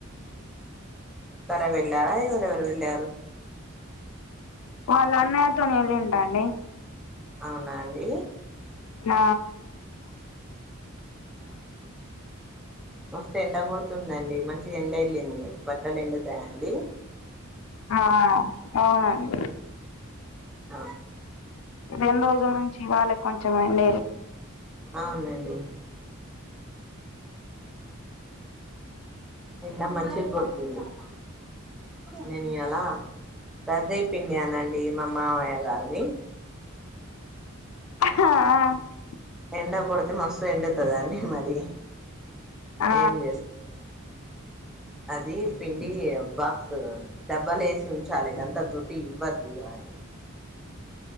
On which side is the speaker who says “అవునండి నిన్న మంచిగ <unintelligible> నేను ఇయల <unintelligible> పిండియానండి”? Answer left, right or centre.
Centre